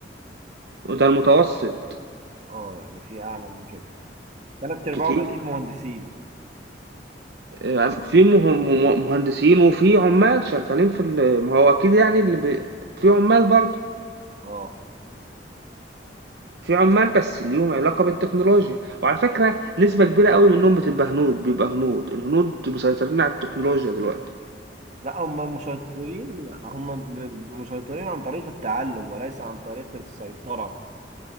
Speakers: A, on the right (about 65°); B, on the right (about 45°).
A: وده المتوسط
B: اه آه، يعني في أعلى من كده تلات أرباعهم
A: كتير
B: أكيد مهندسين
A: آه، في مه- مه- مهندسين وفي عمال شغالين في ال- ما هو أكيد يعني اللي بي... في عمال برضه
B: اه
A: في عمال بس ليهم علاقة بالتكنولوجيا، وعلى فكرة
B: آه.
A: نسبة كبيرة أوي منهم بتبقى هنود، بيبقى هنود، الهنود مسيطرين على التكنولوجيا دلوقتي،
B: لا هم مسيطرين هم ب- مسيطرين عن طريق التعلم وليس عن طريق السيطرة